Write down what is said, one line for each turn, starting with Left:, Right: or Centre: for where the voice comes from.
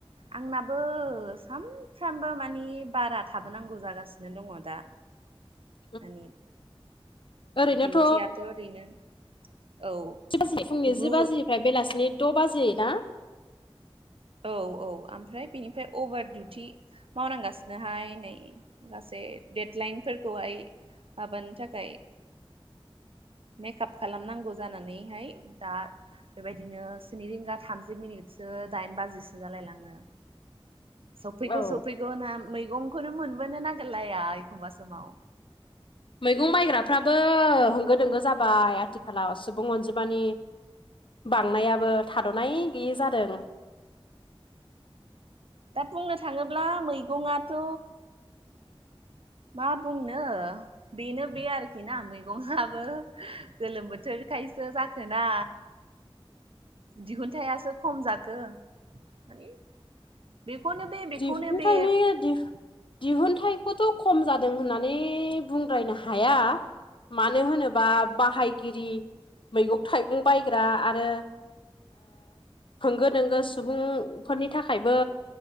Right: आंनाबो सानफ्रामबो मानि बारा थाबोनांगौ जागासिनो दङ दा
Left: <unintelligible>
Right: मानि
Left: ओरैनोथ'
Right: डिउटियाथ' ओरैनो औ
Left: बाजि फुंनि
Right: गु
Left: जि बाजिनिफ्राय बेलासिनि द' बाजि ना
Right: औ औ ओमफ्राय बेनिफ्राय अभार दिउटि मावनांगासिनोहाय नै गाै देडलाइनफोरखौहाय हाबानो थाखाय मेकआप खालामनांगौ जानानैहाय दा बेबायदिनो स्नि रिंगा थामजि मिनिटसो दाइन बाजिसो जालाय लाङो सफैखौ
Left: औ
Right: सै मैगना मैगंखौनो मोनबोनो नागिरलाया एखमबा समाव
Left: मैगं माइग्राफ्राबो होंगो दोंगो जाबाय आथिखालाव सुबुं अनजिमानि बांनायाबो थाद'नाय गैयि जादों
Right: दा बुंनो थाङोब्ला मैगंङाथ मा बुंनो बेनो बे आरोखि ना मैगङआो गोलोम बोथोरखायसो जाखोना
Left: <unintelligible>
Right: दिहुनथायाइासो खम जाखो माने बेखौनो बे बेखौनो
Left: दिफनो
Right: बे
Left: थायनाय दि दिहुनथाइखौथ' खम जादों होननानै बुंद्रायनो हाया मानो होनोबा बाहायगिरि मैगं थाइगं बायग्रा आरो होंगो दोंगो सुबुंफोरनि थाखायबो